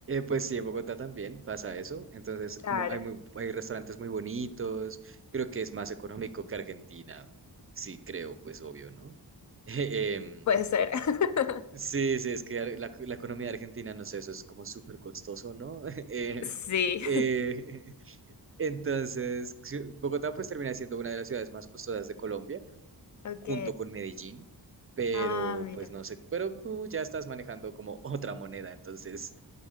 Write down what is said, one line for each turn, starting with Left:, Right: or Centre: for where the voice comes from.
Right: pues sí, en Bogotá también pasa eso. Entonces,
Left: Claro,
Right: como hay muy, hay restaurantes muy bonitos, creo que es más económico que Argentina. Sí, creo, pues obvio, ¿no? <laughs> Em,
Left: puede ser. <laughs>
Right: sí, sí, es que ar- la, la economía de Argentina, no sé, eso es como súper costoso, ¿no? <laughs> Eh,
Left: Sí.
Right: eh, entonces, sí, Bogotá pues termina siendo una de las ciudades más costosas de Colombia,
Left: Ok.
Right: junto con Medellín, pero
Left: Ah, mira.
Right: pues no sé, pero tú ya estás manejando como <laughs> otra moneda, entonces